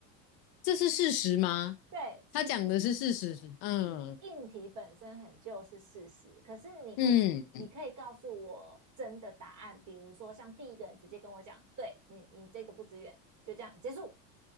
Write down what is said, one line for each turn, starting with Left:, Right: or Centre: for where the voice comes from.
Left: 这是事实吗？
Right: 对，是事实，
Left: 他讲的是事实，嗯
Right: 是硬题本身很旧是事实，可是你可以，
Left: 嗯
Right: 你可以告诉我真的答案，比如说像第一个人直接跟我讲，对你，你这个不支援，就这样结束，